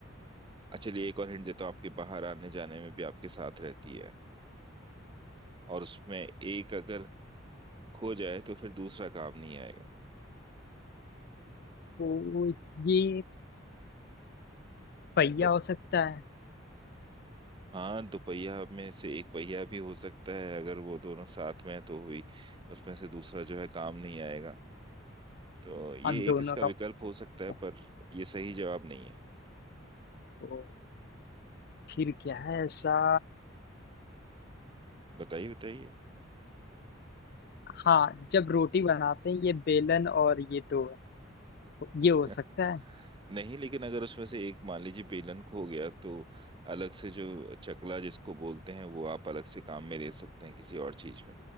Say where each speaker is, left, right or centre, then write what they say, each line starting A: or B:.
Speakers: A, on the right; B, on the left.
A: अ चलिए एक और हिंट देता हूँ आपके बाहर आने जाने में भी आपके साथ रहती है और उसमें एक अगर खो जाए तो फिर दूसरा काम नहीं आएगा
B: ओ, ये पहिया
A: बट
B: हो सकता है
A: हाँ दोपहिया में से एक पहिया भी हो सकता है अगर वो दोनों साथ में हैं तो हुई उसमें से दूसरा जो है काम नहीं आएगा तो ये
B: हाँ दोनों
A: एक इसका
B: का
A: विकल्प हो सकता
B: पहिया।
A: है पर ये सही जवाब नहीं है
B: ओ, फिर क्या है ऐसा
A: बताइए बताइए
B: हाँ जब रोटी बनाते हैं ये बेलन और ये दो है।
A: <laughs>
B: ये हो सकता है
A: नहीं लेकिन अगर उसमें से एक मान लीजिए बेलन खो गया तो अलग से जो चकला जिसको बोलते हैं वो आप अलग से काम में ले सकते हैं किसी और चीज में